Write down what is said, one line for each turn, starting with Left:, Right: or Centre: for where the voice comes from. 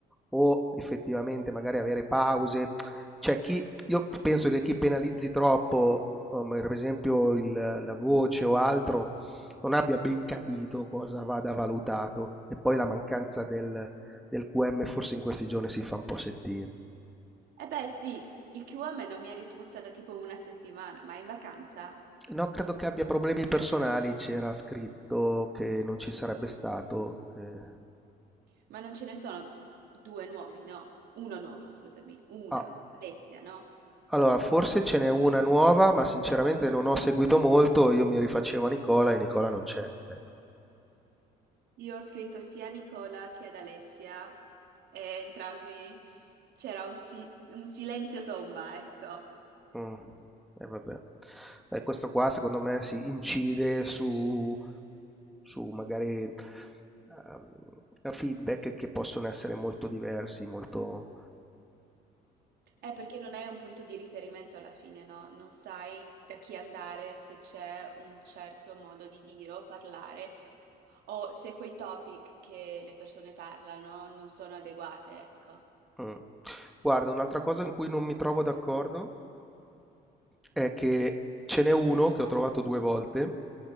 Centre: o effettivamente magari avere pause. Cioè, chi, io penso che chi penalizzi troppo, um, per esempio il- la voce o altro, non abbia ben capito cosa vada valutato. E poi la mancanza del, del QM forse in questi giorni si fa un po' sentire.
Right: E beh, sì, il QM non mi ha risposto da tipo una settimana, ma è in vacanza?
Centre: No, credo che abbia problemi personali, c'era scritto che non ci sarebbe stato. eh.
Right: Ma non ce ne sono due nuovi, no? Uno nuovo, scusami. Una,
Centre: Ah,
Right: Alessia, no?
Centre: allora, forse ce n'è una nuova, ma sinceramente non ho seguito molto, io mi rifacevo a Nicola e Nicola non c'è. Ecco.
Right: Io ho scritto sia a Nicola che ad Alessia e entrambi c'era un, si- un silenzio tomba, ecco.
Centre: Mh. E vabbè. E questo qua secondo me sì, incide su su magari, ehm, eh, feedback che possono essere molto diversi, molto
Right: È perché non hai un punto di riferimento alla fine, no? Non sai da chi andare, se c'è un certo modo di dire o parlare, o se quei topic che le persone parlano non sono adeguate, ecco.
Centre: Mh. Guarda, un'altra cosa in cui non mi trovo d'accordo è che ce n'è uno che ho trovato 2 volte